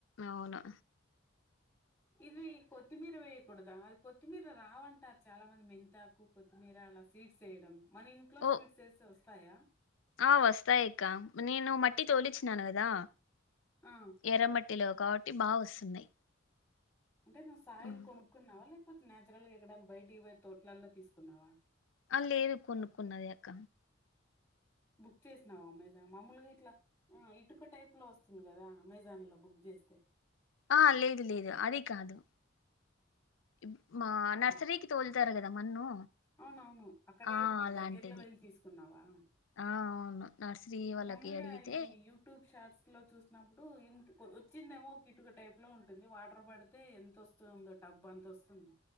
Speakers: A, on the left; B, on the left.
A: అవును
B: ఇది కొత్తిమీర వేయకూడదా అది కొత్తిమీర రావంటారు చాలా మంది మెంతాకు కొత్తిమీర అలా సీడ్స్ వేయడం మన ఇంట్లో
A: ఓ
B: సీడ్స్ వేస్తే వస్ వస్తాయా
A: ఆ వస్తాయి అక్క నేను మట్టి తోలిచ్చినాను కదా
B: ఆ
A: ఎరమట్టి లో కాబ కాబట్టి బాగా వస్తున్నాయి
B: అంటే నువ్వు సాయిలు
A: ఉమ్.
B: కొనుక్కున్నావా నాచురల్ గా ఎక్కడైనా బయటి పోయి తోట్లల్లో తీసుకున్నావా
A: అ లేదు కొనుక్కున్నదే అక్క
B: బుక్ చేసినావ అమెజాన్ మామూలుగా ఇట్లా ఇటుక టైప్ లో వస్తుంది కదా అమెజాన్ లో బుక్ చేస్తే
A: ఆ లేదు లేదు అది కాదు ఇప్- మా
B: ఓహో
A: నర్సరీకి తోలుతారు కదా మన్ను
B: అవునవును అక్కడే
A: ఆ
B: మీ
A: అలాంటిది
B: దగ్గరలో వెళ్ళి తీసుకున్నావా
A: ఆ అవును నర్సరీ వాళ్ళకి
B: మామూలుగా
A: అడిగితే
B: ఈ యూట్యూబ్ షాట్స్ లో చూసినప్పుడు ఇంత వచ్చిందేమో ఒక ఇటుక టైప్ లో ఉంటుంది వాటర్ పడితే ఎంత వస్తుందో టబ్బ అంత వస్తుంది